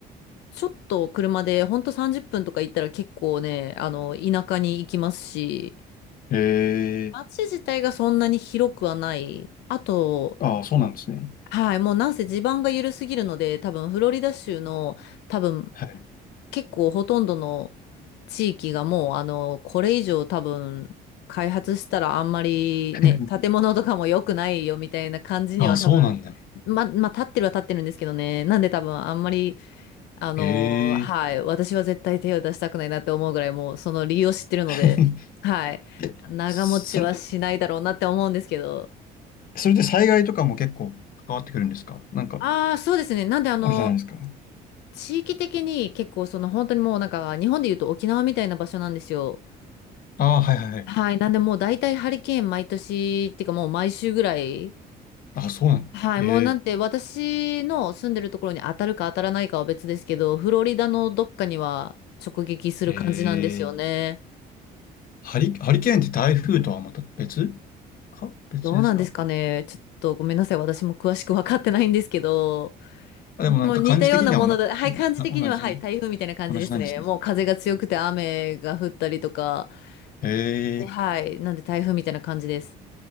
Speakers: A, on the left (about 85°); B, on the left (about 55°).
A: ちょっと車でほんと30分とか行ったら結構ね、あの、田舎に行きますし、
B: へえ
A: 街自体がそんなに広くはない。あと、
B: ああ、そうなんですね。
A: はい、もうなんせ地盤が緩すぎるので、多分フロリダ州の多分
B: はい。
A: 結構ほとんどの地域がもうあの、これ以上多分開発したらあんまりね、
B: <laughs>
A: 建物とかも良くないよみたいな感じには多分、
B: ああ、そうなんだ。
A: ま、まあ、立ってるは立ってるんですけどね。なんで多分あんまりあのーはい。
B: へえ
A: 私は絶対手を出したくないなって思うぐらい、もうその理由を知ってるので、
B: <laughs>
A: はい。
B: え、
A: 長持ちはしないだろうなって思うんですけど。
B: それ、それで災害とかも結構関わってくるんですかなんか、
A: ああ、そうですね。なんで、あの、
B: あるじゃないですか。
A: 地域的に結構、その本当にもうなんか、日本で言うと沖縄みたいな場所なんですよ。
B: ああ、はいはいはい。
A: はい。なんで、もう大体ハリケーン毎年、っていうかもう毎週ぐらい。
B: ああ、そうなの。
A: はい。
B: へえ
A: もうなんて、私の住んでるところに当たるか当たらないかは別ですけど、フロリダのどっかには直撃する感じなんですよね。
B: へえハリ、ハリケーンって台風とはまた別か別ですか
A: どうなんですかね。ちょっとごめんなさい。私も詳しく分かってないんですけど、
B: あ、でもなんか感じ的にはおな、
A: でも似たようなもので、はい、感じ的には、
B: な同じね。
A: はい、台風みたいな感じですね。
B: 同じなんですね。
A: もう風が強くて雨が降ったりとか、
B: へえ
A: ではい、なんで台風みたいな感じです。